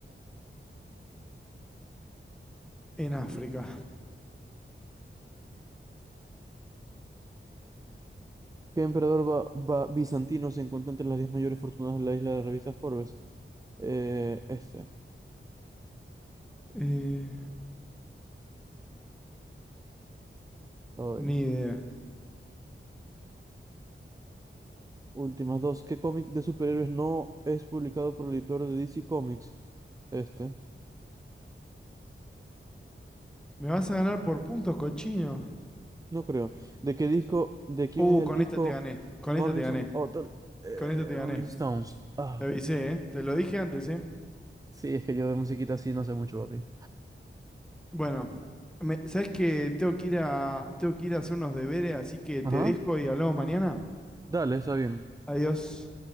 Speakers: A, in the centre; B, on the right.
A: En África.
B: ¿Qué emperador ba- ba- bizantino se encuentra entre las 10 mayores fortunas de la isla de la revista Forbes? Eh, este,
A: Eh,
B: hoy.
A: ni idea.
B: Últimas dos. ¿Qué cómic de superhéroes no es publicado por el editor de DC Comics? Este,
A: ¿Me vas a ganar por puntos, cochino?
B: no creo. ¿De qué disco, de quién
A: Uh,
B: es el
A: con
B: disco
A: esta te gané. Con
B: Morrison
A: esta te gané.
B: Hotel eh,
A: Con esta te gané.
B: Rolling Stones? Ah,
A: Te avisé, ¿eh? Te lo dije antes, ¿eh?
B: sí, es que yo de musiquita así no sé mucho, papi.
A: Bueno, me, ¿sabes que tengo que ir a tengo que ir a hacer unos deberes, así que te
B: Ajá,
A: dejo y hablamos mañana?
B: dale, está bien.
A: Adiós.